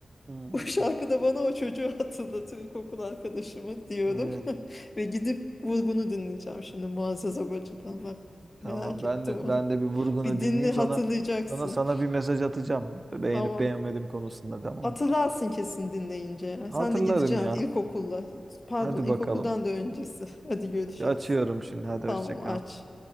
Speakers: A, on the right (about 40°); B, on the left (about 35°).
A: Hmm.
B: O şarkı da bana o çocuğu hatırlatır ilkokul arkadaşımı diyorum.
A: Evet.
B: <laughs> Ve gidip vur bunu dinleyeceğim şimdi Muazzez Abacı'dan bak.
A: Tamam
B: Merak
A: ben
B: ettim
A: de
B: onu.
A: ben de bir vurgunu
B: <laughs> Bir dinle
A: dinleyeyim
B: hatırlayacaksın.
A: sonra sonra sana bir mesaj atacağım. Beğenip
B: Tamam.
A: beğenmedim konusunda tamam.
B: Hatırlarsın kesin dinleyince ya.
A: Hatırlarım
B: Sen de gideceksin
A: ya.
B: ilkokulla. Pardon
A: Hadi
B: ilkokuldan
A: bakalım.
B: da öncesi. <laughs> Hadi görüşürüz.
A: Açıyorum şimdi. Hadi
B: Tamam
A: hoşça kal.
B: aç.